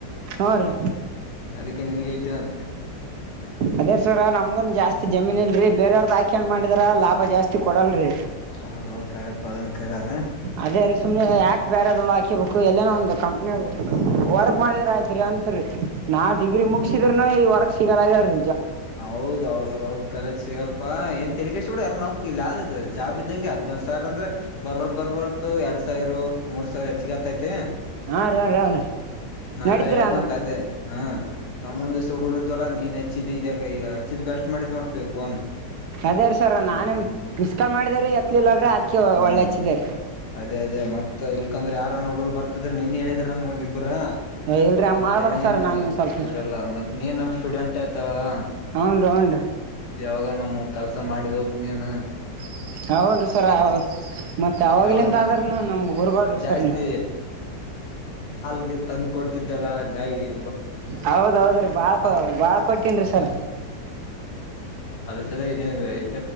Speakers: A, on the right; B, on the left.
A: ಹ್ಞೂ ರೀ
B: ಅದಕ್ಕೆ ನನ್ಗ ಇಟ್ಟೀನ ಅದ್ಕ
A: ಅದೇ ಸರ ನಮ್ದುನ್ ಜಾಸ್ತಿ ಜಮೀನ್ ಇಲ್ರಿ ಬೇರವ್ರದ್ದ ಆಕೊಂಡ ಮಾಡಿದಾರ ಲಾಭ ಜಾಸ್ತಿ ಕೊಡಲ್ರಿ
B: ಹೌದೌದು ಖರೆಪ್ಪ ಅದಂಗ ಖರೆ ಅದ.
A: ಅದೇ ರೀ ಸುಮನೆ ಯಾಕಕ್ ಬೇರೆ ಹಾಕಿಬೇಕು ಎಲ್ಲೇನ ಒಂದು ಕಂಪ್ನಿ ವರ್ಕ್ ಮಾಡಿದ್ರ ಆಯ್ತ್ರಿ ಅತ್ರಿ. ನಾ ಡಿಗ್ರಿ ಮುಗಸಿದ್ರನು ಈ ವರ್ಕ್ ಸಿಗಲ್ಲಾಗ್ಯಾವ್ರಿ.
B: ಹೌದೌದೌದ ಖರಜ್ ಸಿಗಲ್ಪ ಏನ್ ತೇಲಿ ಕೆಡಸ್ಕೋಬ್ಯಾಡ್ ನಾವ ಇಲ್ಲಿ ಆದ ಇದ ಜಾಬ ನಿಂಗ್ ಹದಿನೇಳ ಸಾವ್ರ ಅಂದ್ರ ಬರೋದ್ ಬರ್ಬಾರದ ಎರಡ್ ಸಾವಿರ ಮೂರ್ ಸಾವಿರ ಹೆಚ್ಚಿಗೆ ಆತೈತಿ ಹ್ಮ
A: ಹಾ ರೀ ಹಾ ರೀ ಹಾ ರೀ
B: ನಾವ
A: ನಡೀತೀರ
B: ಎಲ್ಲ ಹೇಳ್ತಂತ
A: ಅಂದ್ರ
B: ಅದೇ ಹ ನಮ್ಮೊಂದ ಹುಡುಗ್ರು ಇದ್ರಲ್ಲ ನೀನ್ ಹೆಚ್ಚಿದ್ದ ಇದ ಈ ಈಗ ಹಚ್ಚಿದ್ ಬೆಸ್ಟ್ ಮಾಡಿದ್ ನೋಡ್ಬೇಕು ಫೋನ್
A: ಅದೇ ರೀ ಸರ್
B: ಹ್ಮ್
A: ನಾನೇ ಮಿಸ್ಕಾ ಮಾಡಿದರಿ ಎತ್ಲಿಲ್ಲಲ್ರರಿ ಅದ್
B: ಹ್ಮ್
A: ಒಳ್ಳೆ ಹಚ್ಚಿದೇರಿೀ
B: ಅದೇ ಅದೇ ಮತ್ ಇಲ್ಕಂದ್ರೆ ಯಾರನೋ ಹುಡುರು ಬರ್ತಿದ್ರ ನಿನ್ ಹೇಳಿದ್ರ ನನ್ಗ ಒಂದ ಇಬ್ಬರ
A: ಇಲ್ರಿ ಹಂಗ್
B: ಮತ್ತೆ
A: ಮಾಡ್ಬೇಡ್ರಿ
B: ನೀನ್
A: ಸರ್
B: ನಮಗ್
A: ನಾನ್ ಸ್ವಲ್ಪ
B: ಇಲ್ಲಲ್ಲ ಮತ್ತ ನೀನ್ ನಮ ಸ್ಟೂಡೆಂಟ್ ಅತ್ತ ಹೇಳದ
A: ಹ್ಞೂ ರೀ ಹ್ಞೂ
B: ಯಾವಾಗ ನಮ್ ಕೆಲ್ಸ ಮಾಡಿದೋಪ ನೀನ್
A: <unintelligible> ಸರ್ ಮತ್ತ ಅವಾಗಲಿಂದ
B: ಯಾವಾಗ
A: ಆದ್ರನು ನಮ್ಮ ಗುರ್ಗೊಳ್
B: ಜಾಸ್ತಿ
A: ಸರ್ ನೀವು.
B: ಎಲ್ಲಿ ತಂದು ಕೊಡ್ತಿದ್ದಲ್ಲ ಗಾಯಿಗೆ
A: ಹೌದೌದ ರೀ ಬಾಳ್ ಬಾಳ್ ಕೊಟ್ಟೀನ್ ರೀ ಸರ್
B: ಅದ್ರ ಸಲುವಾಗಿ ನೀನ್